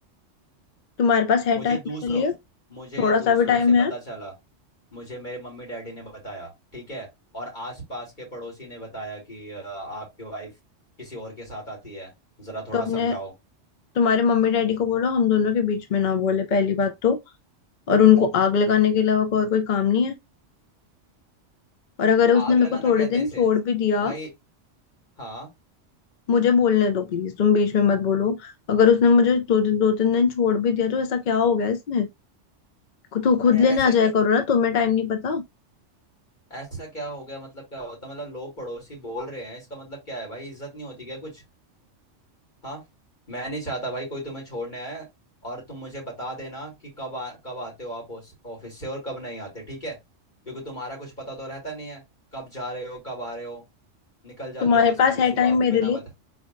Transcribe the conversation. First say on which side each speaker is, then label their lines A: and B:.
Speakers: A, on the left; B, on the left.
A: तुम्हारे पास है
B: मुझे
A: टाइम
B: दूसरों
A: मेरे लिए
B: मुझे
A: थोड़ा
B: दूसरों
A: सा भी टाइम
B: से पता
A: है
B: चला मुझे मेरे मम्मी डैडी ने बताया ठीक है और आसपास के पड़ोसी ने बताया कि अ, आपकी वाइफ किसी और के साथ आती है जरा थोड़ा
A: तो अपने
B: समझाओ
A: तुम्हारे मम्मी डैडी को बोलो हम दोनों के बीच में ना बोले पहली बात तो और उनको आग लगाने के अलावा और कोई काम नहीं है और अगर उसने
B: आग
A: मेरे
B: लगाना
A: को थोड़े
B: कहते
A: दिन
B: हैं इसे
A: छोड़ भी दिया
B: भाई हाँ
A: मुझे बोलने दो प्लीज तुम बीच में मत बोलो अगर उसने मुझे दो दिन दो तीन दिन छोड़ भी दिया तो ऐसा क्या हो गया इसमें खु- तू खुद
B: अरे
A: लेने
B: ऐसा
A: आ
B: क्या
A: जाया करो ना तुम्हें टाइम नहीं पता
B: ऐसा क्या हो गया मतलब क्या होता मतलब लोग पड़ोसी बोल रहे हैं इसका मतलब क्या है भाई इज्जत नहीं होती क्या कुछ हाँ मैं नहीं चाहता भाई कोई तुम्हें छोड़ने आए और तुम मुझे बता देना कि कब आ, कब आते हो आप उस ऑफिस से और कब नहीं आते ठीक है क्योंकि तुम्हारा कुछ पता तो रहता नहीं है कब जा रहे हो कब आ रहे हो निकल जाते
A: तुम्हारे
B: हो बस
A: पास
B: खाली
A: है
B: सुबह
A: टाइम मेरे
B: बिना
A: लिए
B: बता